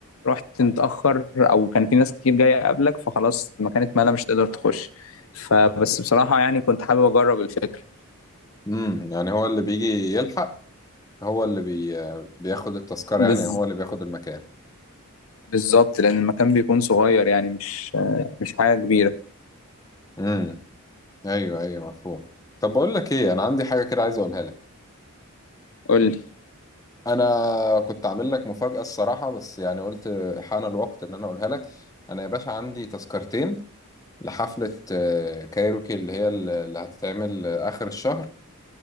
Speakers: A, on the left; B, on the left.
A: رحت متأخر او كان في ناس كتير جاية قبلك فخلاص المكان اتملى مش هتقدر تخش فبس بصراحة يعني كنت حابب أجرب الفكرة
B: امم يعني هو اللي بيجي يلحق هو اللي بي... بياخد التذكرة
A: بز...
B: يعني هو اللي بياخد المكان
A: بالظبط لأن المكان بيكون صغير يعني مش مش حاجة كبيرة
B: امم ايوه ايوه مفهوم طب بقول لك ايه انا عندي حاجة كده عايز اقولها لك
A: قول لي
B: انا كنت عامل لك مفاجأة الصراحة بس يعني قلت حان الوقت ان انا اقولها لك انا يا باشا عندي تذكرتين لحفلة آه، كايروكي اللي هي اللي هتتعمل آه، اخر الشهر